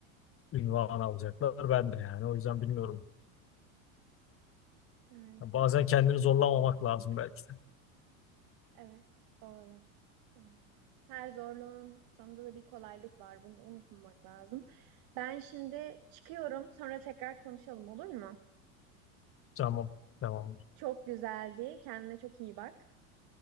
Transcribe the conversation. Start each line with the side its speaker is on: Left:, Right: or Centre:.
Left: ünvanı alacaklar. Ben de yani. O yüzden bilmiyorum.
Right: Evet,
Left: Ya bazen kendini zorlamamak lazım belki de.
Right: evet doğru. Doğru. Her zorluğun sonunda da bir kolaylık var. Bunu unutmamak lazım. Ben şimdi çıkıyorum. Sonra tekrar konuşalım olur mu?
Left: Tamam. Tamam.
Right: Çok güzeldi. Kendine çok iyi bak.